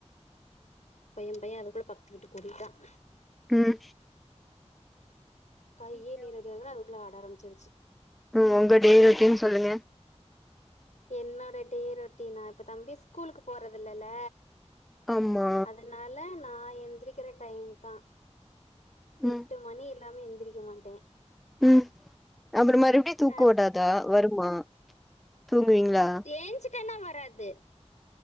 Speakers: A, on the left; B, in the centre.
A: பையன் பையன் அதுகுள்ள பக்கத்து வீட்டுக்கு ஓடிட்டான்
B: ம்
A: கையே நீரடி ஆகல அதுக்குள்ள ஆட ஆரம்பிச்சிருச்சு
B: ம் உங்க டெய்லி ருட்டீன் சொல்லுங்க
A: என்னோட டெ ரொட்டீனா இப்ப தம்பி ஸ்கூலுக்கு போறது இல்லல்ல
B: ஆமா
A: அதனால நா எந்திரிக்கிற டைம்தா
B: ம்
A: எட்டு மணி இல்லாம எந்திரிக்க மாட்டன்
B: ம் அப்றோ மறுபடியு தூக்க
A: அ
B: வுடாதா வருமா தூங்குவீங்ளா
A: ஏஞ்சிட்டன்னா வராது